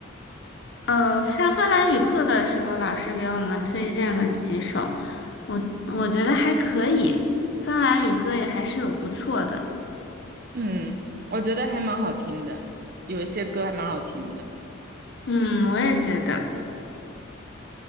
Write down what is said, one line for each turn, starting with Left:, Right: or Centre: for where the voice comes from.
Left: 呃，上芬兰语课的时候，老师给我们推荐了几首，我我觉得还可以，芬兰语歌也还是有不错的。
Right: 嗯，我觉得还蛮好听的，有一些歌还蛮好听的。
Left: 嗯，我也觉得。